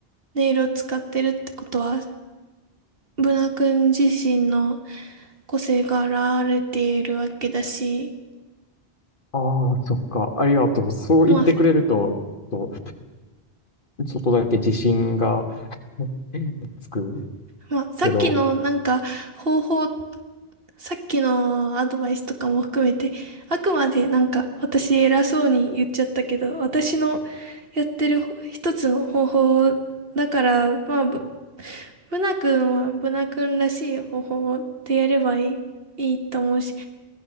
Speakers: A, on the right (about 60°); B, on the left (about 50°).
A: 色を使ってるってことは、ブナ君自身の個性が現れているわけだし、
B: あー、そっか。ありがとう。そう言ってくれると、
A: まあ、
B: と、ちょっとだけ自信が <laughs> つく
A: まあ、さっきのなんか方法
B: けど、
A: さっきのアドバイスとかも含めて、あくまでなんか私偉そうに言っちゃったけど、私のやってる一つの方法だから、まあ、ぶブナ君はブナ君らしい方法でやればいい、いいと思うし、